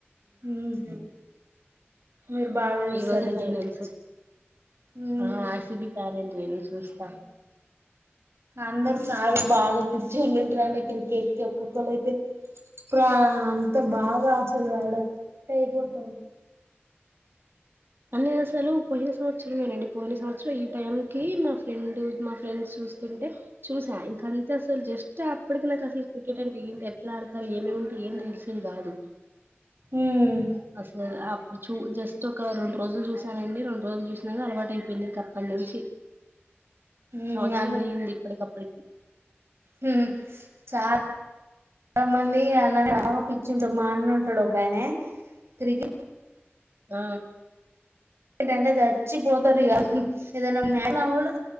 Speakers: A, on the right; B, on the right.
A: ఉహు మీరు బాగా చూస్తారు
B: ఈ రోజే
A: అయితే
B: ఫైనల్స్
A: మ్యాచ్ ఉమ్
B: ఆర్ సి బి పాలం నేను చూస్తా
A: అందరు చాల బాగా పిచ్చోళ్ళుంటారండి క్రికెట్ కి ఒక్కొక్కళ్ళ అయితే ప్రా అంతా బాగా అసలు వాడ అయిపోత
B: అంటే అసలు పోయిన సంవత్సరమేనండి పోయిన సంవత్సరం ఈ టైం కి మా ఫ్రెండ్ మా ఫ్రెండ్స్ చూస్తుంటే చూసా ఇంక అంతే అసలు జస్ట్ అప్పటికి నాకు అసలు క్రికెట్ అంటే ఏంటి ఎట్లా ఆడతారు ఏముంటాయి ఏం తెలిసేది కాదు
A: ఉమ్
B: మ్మ్ అసలు ఆ చూ జస్ట్ ఒక రెండు రోజులు చూసానండి రెండు రోజులు చూసినాక అలవాటు అయిపోయింది ఇక అప్పటి నుంచి
A: ఉమ్
B: సంవత్సరమే అయింది ఇప్పటికప్పటికి
A: హ్మ్మ్ చా లా మంది అలా <inaudible> చింటు మా అన్న ఉంటాడు ఒకయనే తిరిగి
B: ఆ
A: యనంటే చచ్చిపో తారు ఇగ ఏదైన మీ అన్న కూడా